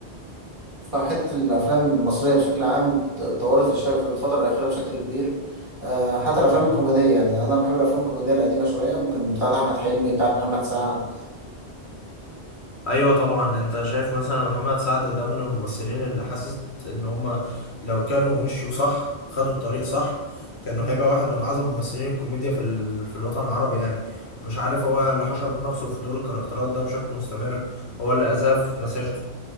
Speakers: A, on the right; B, on the left.
A: فحتة الأفلام المصرية بشكل عام اتطورت في, الش... في الفترة الأخيرة بشكل كبير آه، حتى
B: مم،
A: الأفلام الكوميدية يعني أنا بحب الأفلام الكوميدية القديمة شوية ممكن بتاعت أحمد حلمي بتاعت محمد سعد
B: ايوه طبعا انت شايف مثلا محمد سعد ده من الممثلين اللي حاسس ان هم لو كانوا مشوا صح خدوا الطريق صح كانوا هيبقى واحد من اعظم ممثلين الكوميديا في ال... في الوطن العربي يعني مش عارف هو اللي حشر نفسه في دور الكاركترات ده بشكل مستمر هو اللي أذاه في مسيرته